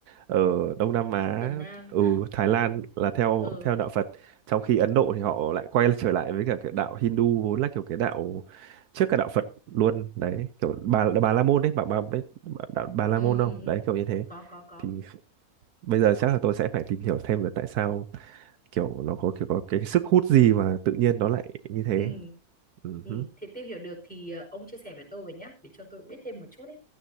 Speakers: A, on the right; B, in the centre.
A: ở Đông Nam Á,
B: Việt Nam
A: ừ Thái Lan là theo
B: ờ
A: theo đạo Phật, trong khi Ấn Độ thì họ lại quay trở lại với cả cái đạo Hindu vốn là kiểu cái đạo trước cả đạo Phật luôn đấy, kiểu bà bà La Môn đấy, bà bà biết bà, đạo bà La
B: ừ,
A: Môn
B: ừ,
A: không?
B: ừ.
A: Đấy kiểu như thế
B: có có có
A: thì bây giờ chắc là tôi sẽ phải tìm hiểu thêm về tại sao kiểu nó có kiểu có cái sức hút gì mà tự nhiên nó lại như thế
B: ừ.
A: Ừ
B: ừ.
A: hứ,
B: thì tìm hiểu được thì ờ, ông chia sẻ với tôi với nhá để cho tôi biết thêm một chút ấy